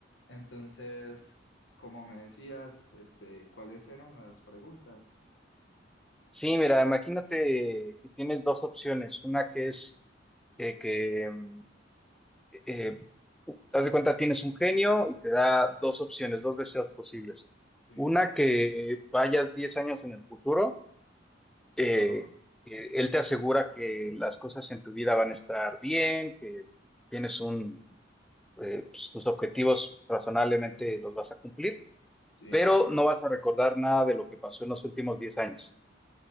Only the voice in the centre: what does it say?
Sí, mira, imagínate que tienes dos opciones. Una que es eh, que, mm, eh, haz de cuenta, tienes un genio y te da dos opciones, dos deseos posibles.
Una que vayas 10 años en el futuro, eh,
que él te asegura que las cosas en tu vida van a estar bien, que tienes un, eh, pues, tus objetivos razonablemente los vas a cumplir,
pero no vas a recordar nada de lo que pasó en los últimos 10 años.